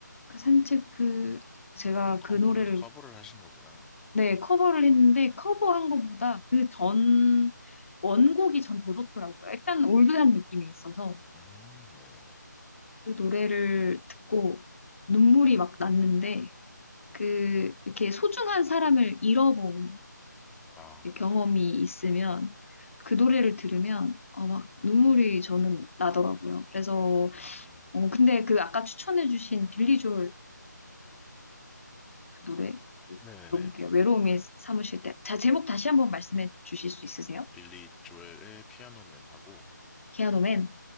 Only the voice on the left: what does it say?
그 산책 그 제가
그 노래를
네, 커버를 했는데 커버한 것보다 그 전 원곡이 전 더 좋더라고요. 약간 올드한 느낌이 있어서
그 노래를 듣고 눈물이 막 났는데 그 이렇게 소중한 사람을 잃어본
이제 경험이 있으면
그 노래를
들으면 어, 막 눈물이 저는 나더라고요. 그래서
어, 근데 그 아까 추천해주신 빌리 조엘의 그 노래
들어볼게요. 외로움이 사무실 때. 자, 제목 다시 한번 말씀해 주실 수 있으세요?
피아노맨.